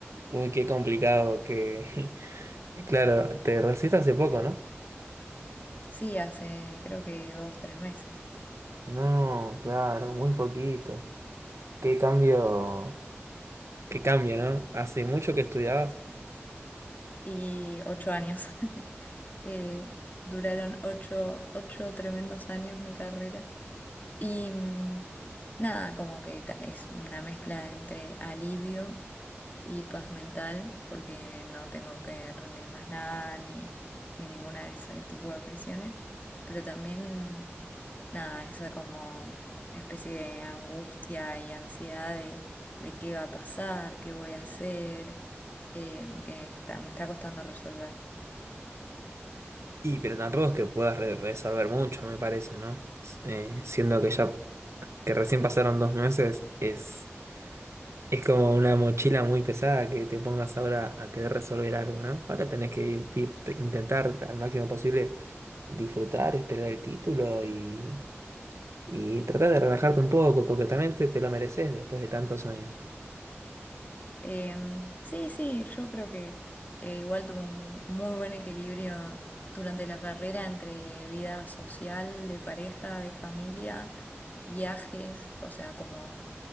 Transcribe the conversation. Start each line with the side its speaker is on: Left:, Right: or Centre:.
Right: Uy, qué complicado que... <laughs> Claro, te recibiste hace poco, ¿no?
Left: Sí, hace creo que dos, tres meses.
Right: No, claro, muy poquito. Qué cambio... Qué cambio, ¿no? Hace mucho que estudiabas.
Left: y ocho años. <laughs> Eh, duraron ocho, ocho tremendos años mi carrera. Y mm, nada, como que ta- es una mezcla entre alivio y paz mental, porque no tengo que rendir más nada ni, ni ninguna de ese tipo de presiones, pero también, nada, eso como especie de angustia y ansiedad de, de qué va a pasar, qué voy a hacer, eh, que está- me está costando resolver.
Right: Y pero tampoco es que puedas re- resolver mucho, me parece, ¿no? S- eh, siendo que ya... que recién pasaron dos meses, es. Es como una mochila muy pesada que te pongas ahora a querer resolver algo, ¿no? Ahora tenés que ir- ir- te- intentar al máximo posible disfrutar, esperar el título y, y tratar de relajarte un poco, porque también te, te lo mereces después de tantos años.
Left: Em, sí, sí, yo creo que eh, igual tuve un muy buen equilibrio durante la carrera entre vida social, de pareja, de familia, viajes, o sea, como